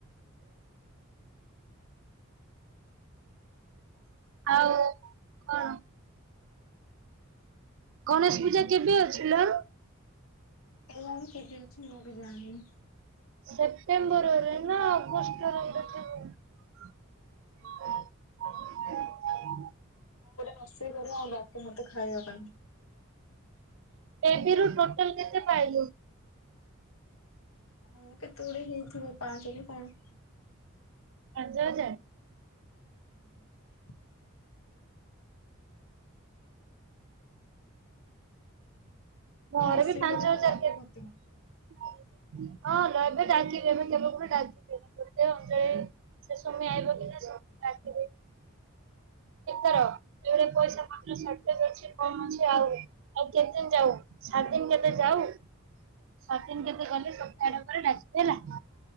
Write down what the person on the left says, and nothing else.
କେଜାଣି କେବେ ଅଛି ମୁଁ ବି ଜାଣିନି।
କଣ
ମୁଁ ଗୋଟେ ରୋଷେଇ କରିବା ଆଉ ବାକି ମତେ ଖାଇବା ପାଇଁ
ହଁ କେତେ ଗୁଡେ ହେଇଥିବ ପାଞ୍ଚ କି କଣ।
<unintelligible>
ରୋଷେଇ
କରିବା
ଆଉ ଡାକେ
ମତେ।